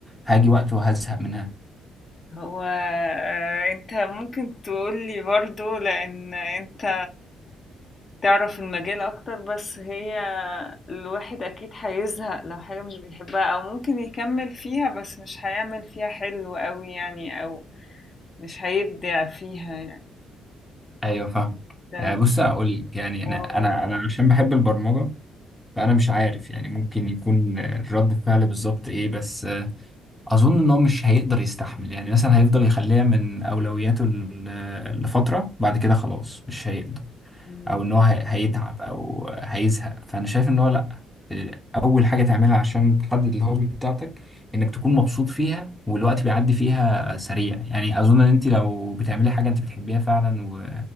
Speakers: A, in the centre; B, on the left.
A: هاجي وقت وهزهق منها
B: هو آه، انت ممكن تقولي برضو لأن انت تعرف المجال اكتر بس هي الواحد اكيد هيزهق لو حاجة مش بيحبها او ممكن يكمل فيها بس مش هيعمل فيها حلو قوي يعني او مش هيبدع فيها يعني
A: ايوه فاهم
B: ده
A: آه، بص اقول لك يعني انا
B: آه،
A: انا انا عشان بحب البرمجه فأنا مش عارف يعني ممكن يكون رد فعل بالظبط إيه بس أظن إن هو مش هيقدر يستحمل يعني مثلا هيفضل يخليها من أولوياته ل- لفترة بعد كده خلاص مش هيقدر
B: مم.
A: أو إن هو هي- هيتعب أو هيزهق فأنا شايف إن هو لأ أول حاجة تعملها عشان تحدد الهوبي بتاعتك إنك تكون مبسوط فيها والوقت بيعدي فيها سريع يعني أظن إن أنت لو بتعملي حاجة أنت بتحبيها فعلا و...